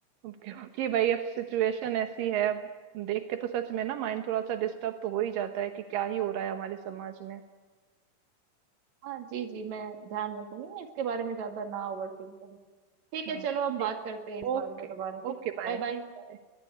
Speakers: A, on the right; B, on the right.
A: क्योंकि भाई अब सिचुएशन ऐसी है अब देख के तो सच में ना माइंड थोड़ा सा डिस्टर्ब तो हो ही जाता है कि क्या ही हो रहा है हमारे समाज में
B: हाँ जी जी मैं ध्यान रखूंगी मैं इसके बारे में ज्यादा ना ओवर थिंक करूँ ठीक
A: हाँ
B: है चलो हम
A: ठीक
B: बात करते हैं इस
A: ओके
B: बारे में दोबारा ठीक
A: Okay
B: है
A: bye बाय।
B: बाय बाय